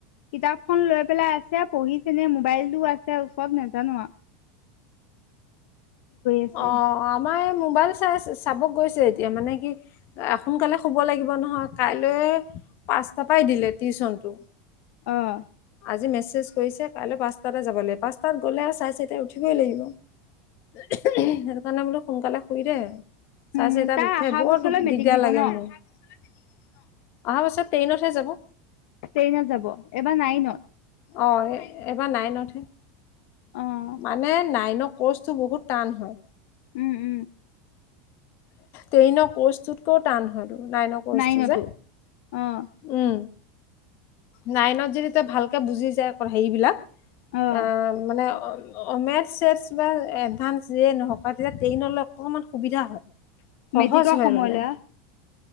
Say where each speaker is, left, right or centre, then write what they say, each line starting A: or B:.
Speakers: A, on the left; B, on the left.
A: কিতাপখন লৈ পেলাই আছে, পঢ়িছেনে মোবাইলটোও আছে ওচৰত নেজানো আৰু। আছে
B: অ', আমাৰ এ মোবাইল চাই চাব গৈছে এতিয়া মানে কি, সোনকালে শুব লাগিব নহয় কাইলৈ পাঁচটা পাই দিলে টিউচনটো।
A: অ'।
B: আজি মেছেজ কৰিছে কাইলৈ পাঁচটাতে যাব লাগে, পাঁচটাত গ'লে চাৰে চাৰিটাত উঠিবই লাগিব। সেইটো কাৰণে বোলো সোনকালে শুই দে।
A: উম
B: চাৰে চাৰিটাত
A: তাৰ
B: উঠে,
A: অহা
B: বৰ
A: বছৰলৈ মেট্ৰিক
B: দিগদাৰ
A: দিব
B: লাগে
A: ন
B: মোৰ। অহা বছৰ টেইনতহে যাব।
A: টেইনত যাব, এবাৰ নাইনত।
B: অ', এবাৰ নাইনটহে।
A: অ'
B: মানে, নাইনৰ কৰ্চটো বহুত টান হয়।
A: উ, উ।
B: টেইনৰ কৰ্চটোতকও টান হয় এতো। নাইনৰ কৰ্চটো
A: নাইনতো
B: যে,
A: অ'
B: উ। নাইনত যদি তই ভালকে বুজি যায় হেইবিলাক
A: অ'
B: আহ মানে মে বা এভানস যে নহক আও তেতিয়া ট্ৰেইনলৈ অকমান সুবিধা হয় সহজ
A: মেটিকৰ
B: হয়
A: সময়লৈ
B: মানে
A: আহ